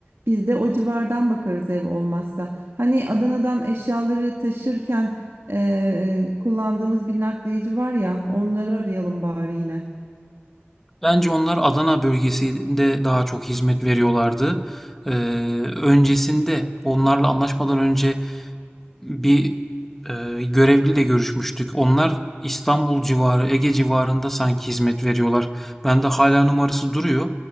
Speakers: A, on the right; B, in the centre.
A: Biz de o civardan bakarız ev olmazsa. Hani Adana'dan eşyaları taşırken eee, kullandığımız bir nakliyeci var ya onları arayalım bari yine.
B: Bence onlar Adana bölgesinde daha çok hizmet veriyorlardı. Ee, öncesinde onlarla anlaşmadan önce bir e, görevliyle görüşmüştük. Onlar İstanbul civarı, Ege civarında sanki hizmet veriyorlar. Bende hala numarası duruyor.